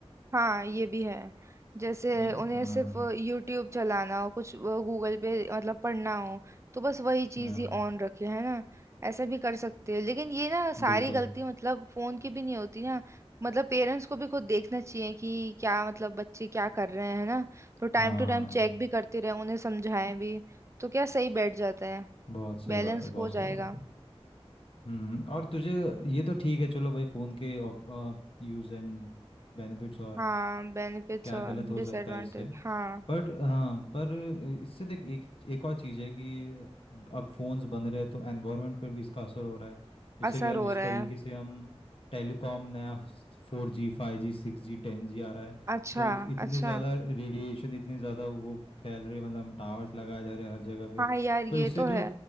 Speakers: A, on the right; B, on the left.
A: हाँ ये भी है जैसे
B: ये
A: उन्हें
B: हाँ
A: सिर्फ यूट्यूब चलाना हो कुछ गूगल पे मतलब पढ़ना हो तो बस वही चीज
B: हाँ
A: ही ऑन रखे है ना ऐसा भी कर सकते हैं लेकिन ये ना सारी
B: बिल्कुल
A: गलती मतलब फोन की भी नहीं होती ना मतलब पेरेंट्स को भी खुद देखना चाहिए कि क्या मतलब बच्चे क्या कर रहे हैं है ना तो टाइम
B: हाँ
A: टू टाइम चेक भी करते रहे उन्हें समझाएं भी तो क्या सही बैठ जाता है
B: बहुत सही
A: बैलेंस
B: बात है बहुत
A: हो जाएगा
B: सही बात है हम्म और तुझे ये तो ठीक है चलो भाई फ़ोन के यूज़ एंड बेनिफिट्स और
A: हाँ बेनिफिट्स
B: क्या
A: और
B: गलत हो
A: डिसएडवांटेज
B: सकता है इससे
A: हाँ
B: बट हाँ पर इससे देख एक एक और चीज़ है कि अब फोन्स बन रहे हैं तो एनवायरनमेंट पर भी इसका असर हो रहा है जैसे
A: असर
B: कि यार
A: हो
B: जिस
A: रहा
B: तरीके
A: है
B: से हम टेलीकॉम नया four G five G six G ten G आ रहा है
A: अच्छा
B: तो इतने
A: अच्छा
B: ज़्यादा रेडिएशन इतने ज़्यादा वो फैल रहे मतलब हम टावर्स लगाए जा रहे हैं हर जगह पे
A: हाँ यार ये
B: तो इससे
A: तो
B: जो
A: है